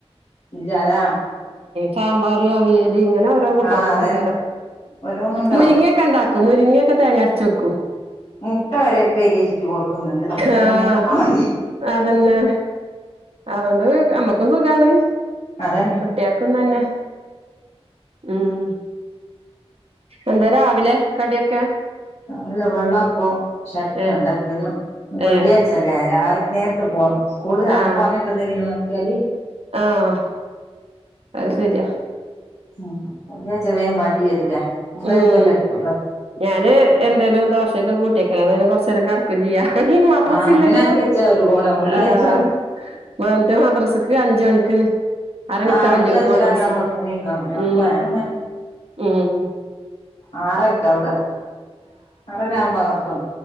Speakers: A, on the left (about 75°); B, on the right (about 65°).
A: ഇല്ല ലാ
B: സാമ്പാർ അവിയല് ഇങ്ങനെ ഓരോ കൂട്ടാന
A: ആഹ്
B: ആളക്കാരം
A: അതന്നെ ഓരോന്നുണ്ടാവും
B: മുരിങ്ങയൊക്കെ ഉണ്ടാക്കും മുരിങ്ങയൊക്കെ തേങ്ങരച്ച് വെക്കും
A: മുട്ട വരെ പെരിയ ചുറ്റി കൊടുക്കുന്നുണ്ട് പിന്നെന്തെല്
B: ആഹ്
A: മതി
B: അതന്നെ അതൊണ്ട് നമ്മക്കും സുഖാണ്
A: അതന്നെ
B: കേക്കുന്നു തന്നെ ഉം എന്താ രാവിലെ കടിയൊക്കെ?
A: നല്ല വെള്ളാപ്പം ചട്നിയം
B: ഏ
A: ഉണ്ടാക്കിന്ന് വെള്ളിയാഴ്
B: ഏ
A: ല്ലേ രാവിലെ നേരത്തെ പോണം സ്കൂള് അന്നപ്പോ
B: ആഹ്
A: അങ്ങനത്തെ എന്തെങ്കിലും നോക്കിയാല്
B: ആഹ് അത് ശരിയാ
A: ഉ എച്ച വേൻ വണ്ടി തരൂല മുമ്പർക്കും
B: ഉം
A: വല്ലക്കുംല്ലോ
B: ഞാന് എന്തേലും ദോശയൊക്കെ കൂട്ടിയക്കലാണ് അന്നേരം കൊറച്ച് നേരം കെടക്കെം ചെയ്യാം ഇന്ന് മദ്രസ
A: ആഹ് അങ്ങനെ
B: ഇല്ലല്ലോ
A: ആക്കി വെച്ചാ ഒരു ഗുണാ വെള്ളിയാഴ്ച
B: ഏഹ
A: ആവുമ്പോ
B: മാനന്ത് മദ്രസക്ക് അഞ്ച് മണിക്ക് അരണിക്ക
A: ആഹ്
B: വല്യോക്ക്
A: അഞ്ച് അഞ്ചരാണിയാവുമ്പോ
B: മദ്രസ്
A: എണീക്കണം ഞാക്കും
B: ഉം
A: ഞാനും
B: ഉം
A: ആറരക്ക
B: അപ്പൊ
A: അവിടെ ആറര ആവുമ്പോ അങ്ങ് എത്തും